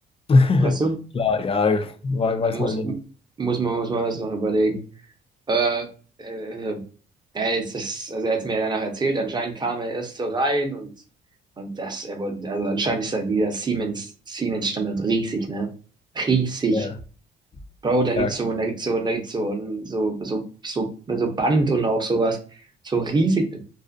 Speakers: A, on the left (about 30°); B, on the right (about 20°).
A: <laughs>
B: Weißt du?
A: Klar, ja, we-
B: Man
A: weiß
B: Muss,
A: man ja.
B: muss man, muss man das noch überlegen. Äh, äh, er ist, ist- also er hat es mir ja danach erzählt, anscheinend kam er erst so rein und, und das, er wollte, also anscheinend ist da wieder Siemens, Siemens-Standard riesig, ne? Riesig.
A: Ja,
B: Bro, da
A: ja,
B: gibt's so und da gibt's so und da gibt's so und so, so, so, so Band und auch sowas. So riesig.